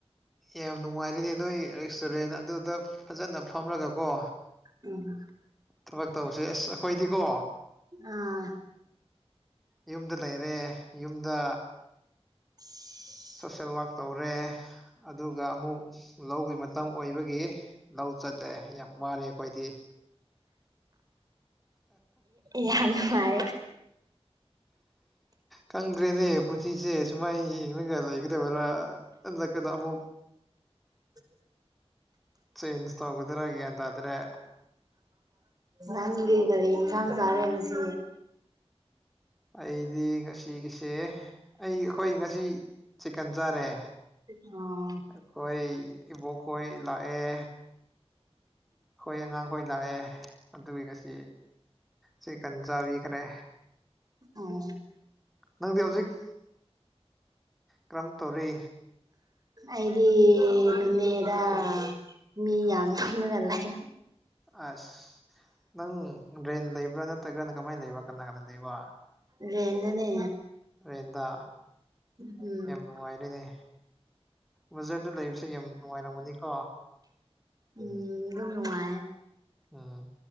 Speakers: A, in the centre; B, on the right.
A: ꯌꯥꯝ ꯅꯨꯡꯉꯥꯏꯔꯤꯅꯦ ꯅꯣꯏ ꯔꯦꯁꯇꯨꯔꯦꯟ ꯑꯗꯨꯗ ꯐꯖꯅ ꯐꯝꯔꯒꯀꯣ
B: ꯎꯝ
A: ꯊꯕꯛ ꯇꯧꯕꯁꯦ ꯑꯁ ꯑꯩꯈꯣꯏꯗꯤꯀꯣ
B: ꯑꯥ
A: ꯌꯨꯝꯗ ꯂꯩꯔꯦ ꯌꯨꯝꯗ
B: <inaudible>
A: ꯁꯣꯁꯦꯜ ꯋꯔꯛ ꯇꯧꯔꯦ ꯑꯗꯨꯒ ꯑꯃꯨꯛ ꯂꯧꯒꯤ ꯑꯣꯏꯕꯒꯤ ꯂꯧ ꯆꯜꯂꯦ ꯌꯥꯝ ꯋꯥꯔꯦ ꯑꯩꯈꯣꯏꯗꯤ
B: ꯌꯥꯝ ꯅꯨꯡꯉꯥꯏ
A: ꯀꯪꯗ꯭ꯔꯦꯅꯦ ꯄꯨꯟꯁꯤꯁꯦ ꯁꯨꯃꯥꯏꯅ ꯌꯦ ꯌꯦꯡꯂꯉꯒ ꯂꯩꯒꯗꯕꯔꯥ ꯍꯟꯗꯛꯀꯅ ꯑꯃꯨꯛ
B: <inaudible>
A: ꯆꯦꯟꯖ ꯇꯒꯗ꯭ꯔꯒꯦꯗꯗ꯭ꯔꯦ
B: ꯅꯪꯒꯤ ꯀꯔꯤ ꯏꯟꯁꯥꯡ ꯆꯥꯔꯦꯅ ꯁꯤ
A: ꯑꯩꯗꯤ ꯉꯁꯤꯒꯤꯁꯦ ꯑꯩ ꯑꯩꯈꯣꯏ ꯉꯁꯤ ꯆꯤꯛꯀꯟ ꯆꯥꯔꯦ
B: ꯑꯣ
A: ꯑꯩꯈꯣꯏ ꯏꯕꯣꯛꯈꯣꯏ ꯂꯥꯛꯑꯦ ꯍꯣꯏ ꯑꯉꯥꯡꯈꯣꯏ ꯂꯥꯛꯑꯦ ꯑꯗꯨꯒꯤ ꯉꯁꯤ ꯆꯦꯀꯟ ꯆꯥꯕꯤꯈ꯭ꯔꯦ
B: ꯑꯣ
A: ꯅꯪꯗꯤ ꯍꯧꯖꯤꯛ ꯀꯔꯝ ꯇꯧꯔꯤ
B: ꯑꯗꯤ ꯂꯨꯃꯦꯔ ꯃꯤ ꯌꯥꯝꯝ ꯊꯝꯅ ꯅ ꯂꯩ
A: ꯑꯁ ꯅꯪ ꯗ꯭ꯔꯦꯟ ꯂꯩꯕ꯭ꯔꯥ ꯅꯠꯇ꯭ꯔꯒꯅ ꯀꯃꯥꯏꯅ ꯂꯩꯕ꯭ꯔꯥ ꯀꯅꯥ ꯀꯅꯥ ꯂꯩꯕ
B: ꯔꯦꯟꯗꯅꯦ
A: ꯔꯦꯟꯗ
B: ꯎꯝ
A: ꯌꯥꯝ ꯅꯨꯡꯉꯥꯏꯔꯤꯣꯏꯅꯦ ꯕꯖꯥꯔꯗ ꯂꯩꯕꯁꯦ ꯌꯥꯝ ꯅꯨꯡꯉꯥꯏꯔꯝꯒꯅꯤꯀꯣ
B: ꯎꯝ ꯑꯗꯨꯝꯅꯨꯡꯉꯥꯏ
A: ꯎꯝ